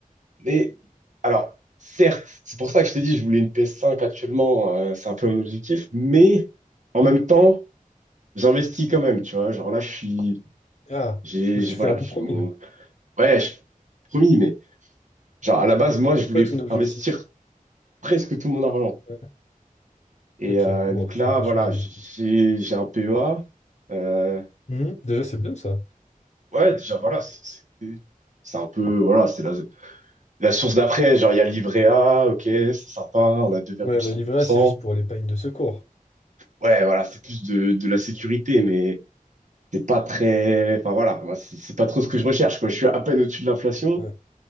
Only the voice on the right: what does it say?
Mais alors, certes, c'est pour ça que je t'ai dit, je voulais une PS5 actuellement, euh, c'est un peu mon objectif, mais en
même temps, j'investis quand même, tu vois. Genre là, je suis.
J'ai,
j'ai-
voilà,
j'ai mon.
Ouais, je... promis, mais genre à la base, moi, je voulais
f-
investir presque tout mon argent.
Et
euh,
donc
là,
voilà,
j'ai
j'ai un PEA. euh,
Ouais, déjà, voilà, c'est c'est- c'est un peu. Voilà, c'est là. La source d'après, genre, il y a le livret A, ok, c'est sympa, on a 2,5%.
Ouais, voilà, c'est plus de, de la sécurité, mais c'est pas très.
Enfin, voilà, moi, c'est c'est pas trop ce que je recherche, quoi. Je suis à peine au-dessus de l'inflation,